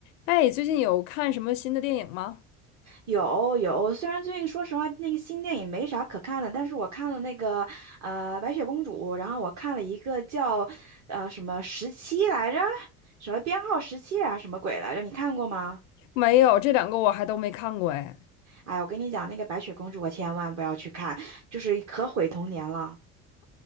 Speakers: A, on the left; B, on the right.
A: 哎，最近有看什么新的电影吗？
B: 有有，虽然最近说实话那个新电影没啥可看的，但是我看了那个呃白雪公主，然后我看了一个叫呃什么十七来着，什么编号十七啊，什么鬼来着？你看过吗？
A: 没有，这两个我还都没看过哎，
B: 哎，我跟你讲，那个白雪公主我千万不要去看，就是可毁童年了。